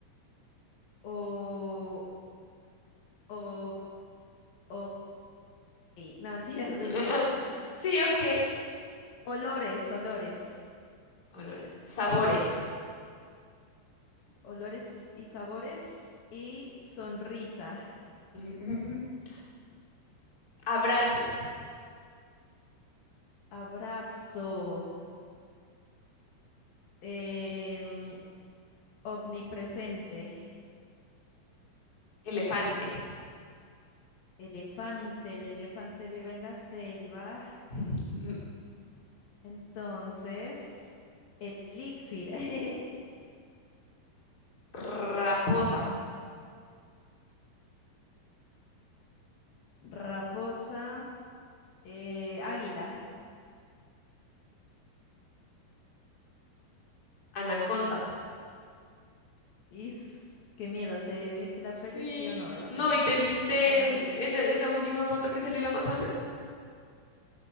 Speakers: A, on the left; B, on the left.
A: o, o, ok, no mentiras,
B: <laughs>
A: <laughs> espérate.
B: Sí, ok.
A: Olores, olores,
B: Olores. Sabores.
A: S- olores y sabores y sonrisa,
B: <laughs> Abrazo.
A: abrazo, em, omnipresente,
B: Elefante.
A: elefante, el elefante vive en la selva.
B: <laughs>
A: Entonces, elixir, <laughs>
B: Raposa.
A: raposa, eh, águila.
B: Anaconda.
A: Is, qué miedo, ¿te viste la
B: Sí.
A: peli? Sí o no, rápido.
B: No, ¿y te viste
A: Ah,
B: el-
A: sí.
B: esa, esa última foto que salió en el Amazonas?